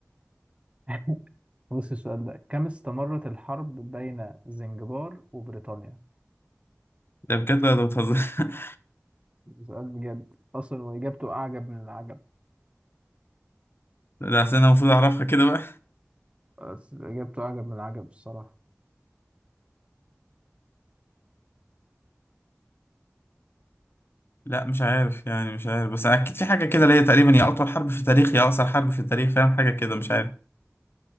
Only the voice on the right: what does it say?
<laughs> بص السؤال ده كم استمرت الحرب بين زنجبار وبريطانيا؟
سؤال بجد أصلا وإجابته أعجب من العجب
س- إجابته أعجب من العجب الصراحة